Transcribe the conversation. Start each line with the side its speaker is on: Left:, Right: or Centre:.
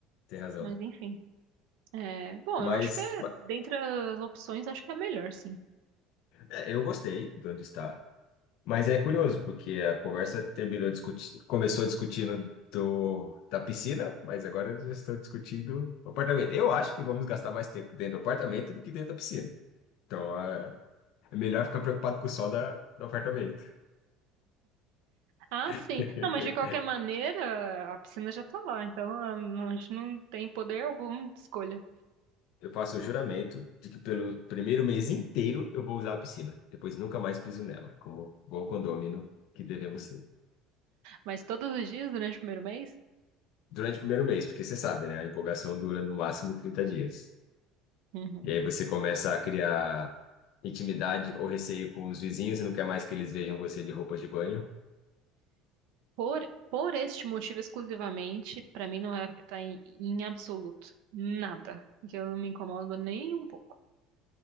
Left: tem razão.
Right: Mas enfim. É, bom,
Left: Mas
Right: eu acho que é,
Left: ba-
Right: dentre as opções, acho que é a melhor, sim.
Left: é, eu gostei de onde está. Mas é curioso, porque a conversa terminou discuti- começou discutindo do, da piscina, mas agora já estão discutindo o apartamento. Eu acho que vamos gastar mais tempo dentro do apartamento do que dentro da piscina. Então, ah, é melhor ficar preocupado com o sol da, do apartamento.
Right: Ah, sim.
Left: <laughs>
Right: Não, mas de qualquer maneira, a piscina já tá lá, então a a gente não tem poder algum de escolha.
Left: Eu faço o juramento de que pelo primeiro mês inteiro eu vou usar a piscina. Depois nunca mais piso nela, como bom condômino que devemos ser.
Right: Mas todos os dias durante o primeiro mês?
Left: Durante o primeiro mês, porque você sabe, né? A empolgação dura no máximo 30 dias.
Right: Uhum.
Left: E aí você começa a criar intimidade ou receio com os vizinhos e não quer mais que eles vejam você de roupa de banho.
Right: Por, por este motivo exclusivamente, pra mim não vai afetar em, em absoluto nada. Porque eu não me incomodo nem um pouco.